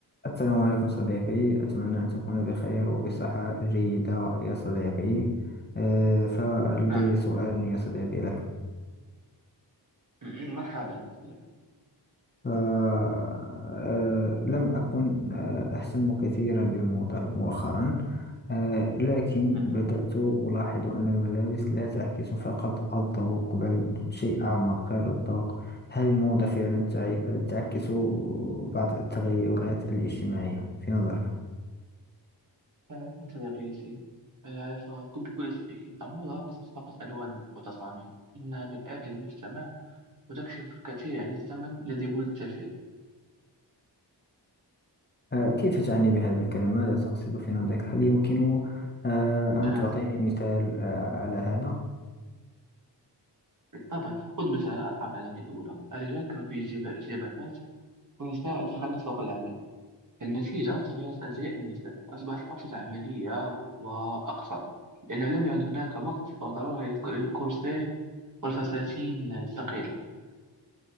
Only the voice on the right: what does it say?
نعم
م- مرحبا صديقي
مهم.
آه، نعم صديقي ياسين آه، فكنت بكل تأكيد الموضة ليست فقط ألوان وتصاميم إنها مرآة للمجتمع وتكشف الكثير عن الزمن الذي ولدت فيه
آه،
بالطبع خذ مثلا الحرب العالمية الأولى الرجال كانوا في جب- جبهات والنساء دخلن سوق العمل النتيجة تغيرت أزياء النساء أصبحت أكثر عملية وأقصر لأنه لم يعد هناك وقت أو ضرورة للك- للكورسيه والفساتين الثقيلة